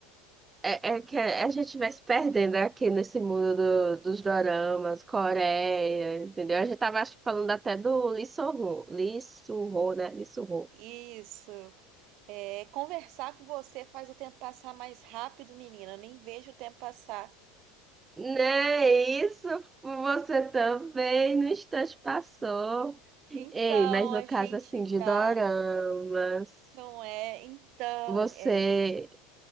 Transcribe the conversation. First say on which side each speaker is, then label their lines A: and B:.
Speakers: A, on the right (about 20°); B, on the right (about 55°).
A: É, é que a gente vai se perdendo aqui nesse mundo do- dos doramas, Coreia, entendeu? A gente tava acho, que falando até do Lee Soo-ho, Lee Soo-ho, né? Lee Soo-ho.
B: isso. É, conversar com você faz o tempo passar mais rápido, menina. Eu nem vejo o tempo passar.
A: Né, isso você também no instante passou.
B: Então,
A: Ei, mas no
B: a gente
A: caso assim de
B: já
A: doramas.
B: não é. Então,
A: Você,
B: é,